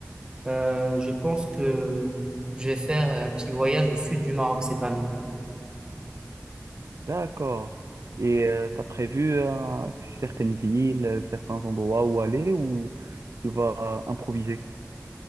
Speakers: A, on the right; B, on the right.
A: Euh, je pense que je vais faire un petit voyage au sud du Maroc cette année.
B: D'accord. Et tu as prévu euh, certaines villes, euh, certains endroits où aller ou tu vas euh, improviser?